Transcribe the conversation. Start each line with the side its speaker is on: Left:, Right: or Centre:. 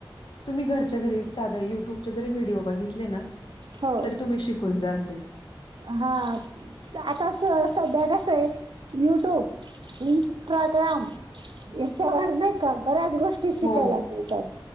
Left: तुम्ही घरच्या घरी साध्य युट्यूबचे जरी व्हिडीओ बघितले ना,
Right: हो
Left: तरी तुम्ही शिकून जाल ते.
Right: हा आता सध्या कसंये, युट्यूब इंस्टाग्राम याच्यावर नाही का, बऱ्याच गोष्टी शिकायला
Left: हो
Right: मिळतात.